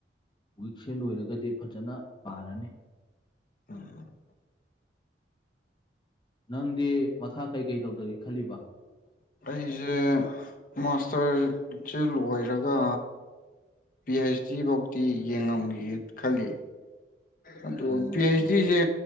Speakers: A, on the left; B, on the left.
A: ꯋꯤꯛꯁꯦ ꯂꯣꯏꯔꯒꯗꯤ ꯐꯖꯅ ꯄꯥꯔꯅꯤ
B: ꯎꯝ
A: ꯅꯪꯗꯤ ꯃꯈꯥ ꯀꯩꯀꯩ ꯇꯧꯗꯒꯦ ꯈꯜꯂꯤꯕ
B: ꯑꯩꯁꯦ ꯃꯥꯁꯇꯔ ꯠ ꯂꯣꯏꯔꯒ ꯄꯤ ꯍꯩꯁ ꯗꯤ ꯐꯧꯗꯤꯤ ꯌꯦꯡꯉꯝꯒꯒꯦ ꯈꯜꯂꯤ ꯑꯗꯨꯣ
A: ꯑꯣ
B: ꯄꯤ ꯑꯩꯆ ꯗꯤꯁꯦ